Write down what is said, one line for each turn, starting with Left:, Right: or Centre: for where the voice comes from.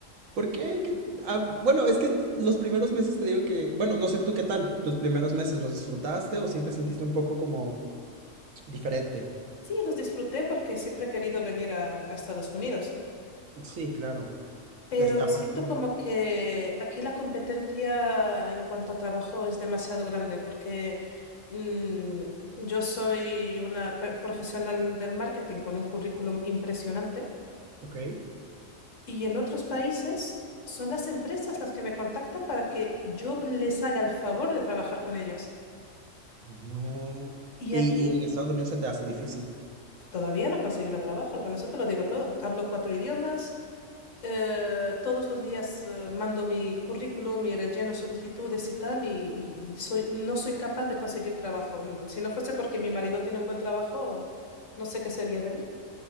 Right: ¿Por qué? ¿Qué- ah, bueno, es que t- los primeros meses te digo que, bueno, no sé tú qué tal. ¿Tus primeros meses los disfrutaste o sí te sentiste un poco como diferente?
Left: Sí, los disfruté porque siempre he querido venir a, a Estados Unidos,
Right: Sí, claro.
Left: pero
Right: Es, aparte,
Left: siento como que aquí la competencia en cuanto a trabajo es demasiado grande porque mm, yo soy una pe- profesional del marketing con un currículum impresionante
Right: ok.
Left: y en otros países son las empresas las que me contactan para que yo les haga el favor de trabajar con ellas.
Right: Oh,
Left: Y
Right: Y,
Left: aquí
Right: y en Estados Unidos se te hace difícil.
Left: todavía no he conseguido trabajo, con eso te lo digo todo. Hablo cuatro idiomas. Eh, todos los días eh, mando mi currículum, mi relleno, solicitudes y tal, y, y- y soy, no soy capaz de conseguir trabajo. Mm, Si no fuese porque mi marido tiene un buen trabajo, no sé qué sería de mí.